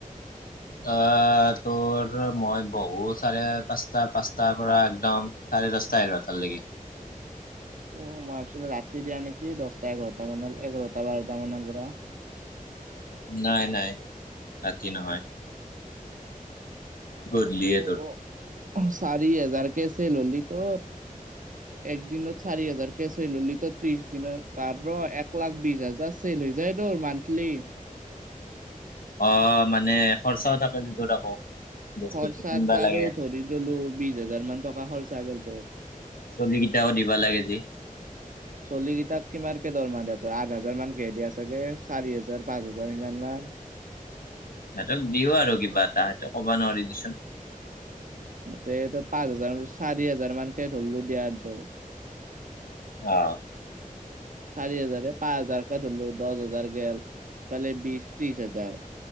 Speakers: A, on the left (about 85°); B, on the right (about 65°).
A: অ তোৰ মই বহু চাৰে পাঁচটা পাঁচটাৰ পৰা একদম চাৰে দহতা এঘাৰতালেগে
B: অ মই ভাবছিলো ৰাতি দিয়া নেকি দহটা এঘাৰটা মানৰ, এঘাৰটা বাৰটা মানৰ পৰা
A: নাই নাই ৰাতি নহয় গধূলিয়ে
B: অ
A: তোৰ
B: অ চাৰি হাজাৰকে চেল হলি তৰ
A: <inaudible>
B: এক দিনত চাৰি হাজাৰ কে চেল হলি তোৰ ত্ৰিশ দিনত বাৰ এক লাখ বিশ হাজাৰ চেল হৈ যায় তোৰ মান্থলি
A: অ মানে খৰচা থাকে যিটোত আকৌ বস্তু
B: খৰচাত
A: চস্তু কিনবা
B: বাৰু
A: লাগে
B: ধৰি ললো বিশ হাজাৰ মান টকা খৰচা গল তোৰ
A: চলি কেইটাও দিব লাগে যে
B: চলি কেইটাক কিমানকে দৰমাহা দিয়া তই আঠ হাজাৰ মান কে হে দিয়া চাগে চাৰি হাজাৰ পাঁচ হাজাৰ ইমান মান
A: সিহঁতক দিও আৰু কিবা এটা সেইটো ক'ব নোৱাৰি দেচোন
B: সিঁহতে পাঁচ হাজাৰ, চাৰি হাজাৰ মানকে ধৰিলো দিয়া তো
A: অ
B: চাৰি হাজাৰে, পাঁচ হাজাৰকে ধৰলো দহ হাজাৰ গেল এফালে বিশ ত্ৰিশ হাজাৰ